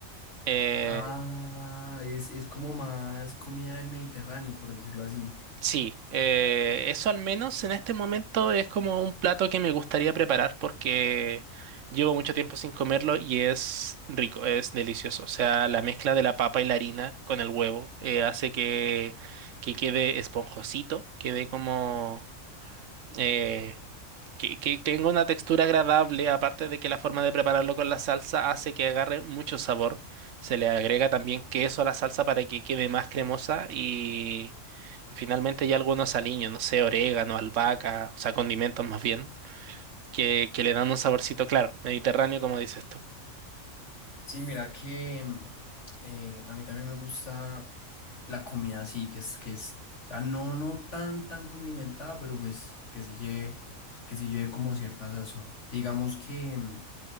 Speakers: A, on the right; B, on the left.
A: eh,
B: Ah, es, es como más comida del Mediterráneo, por decirlo así.
A: Sí, eh, eso al menos en este momento es como un plato que me gustaría preparar porque llevo mucho tiempo sin comerlo y es rico, es delicioso. O sea, la mezcla de la papa y la harina con el huevo eh, hace que, que quede esponjosito, quede como... eh, que, que tenga una textura agradable, aparte de que la forma de prepararlo con la salsa hace que agarre mucho sabor. Se le agrega también queso a la salsa para que quede más cremosa y, y finalmente ya algunos aliños, no sé, orégano, albahaca, o sea, condimentos más bien, que, que le dan un saborcito claro, mediterráneo como dices tú.
B: Sí, mira que mm, eh, a mí también me gusta la comida así, que es, que es, o sea, no, no tan, tan condimentada, pero pues que sí lleve, que sí lleve como cierta sazón. Digamos que, mm,